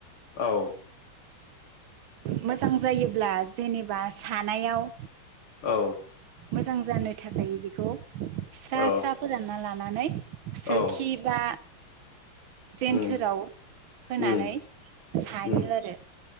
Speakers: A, on the left (about 90°); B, on the right (about 75°).
A: औ
B: मोजां जायोब्ला जेनेबा सानायाव।
A: औ
B: मोजां जानो थाखाय बेखौ स्रा
A: औ
B: स्रा फोरानना लानानै सोरखि
A: औ
B: बा जेेनथोराव
A: उम
B: होनानै
A: उम
B: सायो
A: उम
B: आरो